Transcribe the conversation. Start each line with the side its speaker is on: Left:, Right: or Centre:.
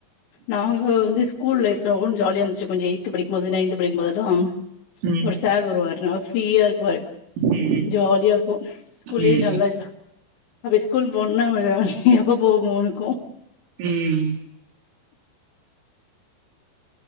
Left: நாங்க வந்து ஸ்கூல் லைஃப்ல ஒஞ்ச ஜாலியா இருந்துச்சு கொஞ்ச எய்து படிக்கும் போது நைன்து படிக்கும் போதுல்லா
Right: ம்
Left: ஒரு சார் ஒருவா ந ஃப்ரீயா இருக்குவா
Right: ம்
Left: ஜாலியா இருக்கு ஸ்கூலே
Right: ம்
Left: நல்லாஜா அப்ப ஸ்கூல் போணுனா எப்ப போகுமோனுக்கு
Right: ம்